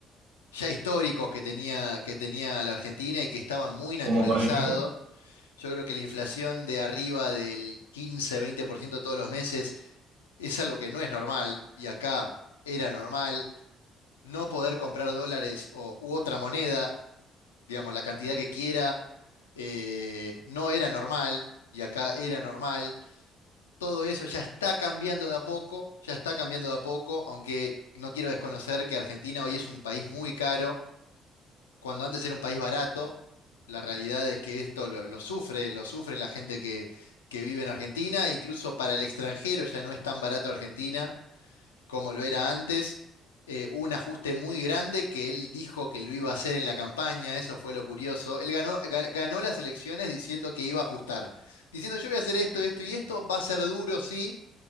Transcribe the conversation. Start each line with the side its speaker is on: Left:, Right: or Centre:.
Left: ya históricos que tenía, que tenía la Argentina y que estaban muy naturalizados.
Right: ¿Cómo cuál es, Nico?
Left: Yo creo que la inflación de arriba del quince, veinte por ciento todos los meses es algo que no es normal y acá era normal. No poder comprar dólares o, u otra moneda digamos, la cantidad que quiera. eh, no era normal y acá era normal. Todo eso ya está cambiando de a poco, ya está cambiando de a poco, aunque no quiero desconocer que Argentina hoy es un país muy caro, cuando antes era un país barato. La realidad es que esto lo, lo sufre, lo sufre la gente que, que vive en Argentina, e incluso para el extranjero ya no es tan barato Argentina como lo era antes, eh, un ajuste muy grande que él dijo que lo iba a hacer en la campaña, eso fue lo curioso. Él ganó, ga- ganó las elecciones diciendo que iba a ajustar, diciendo yo voy a hacer esto, esto y esto, va a ser duro, sí,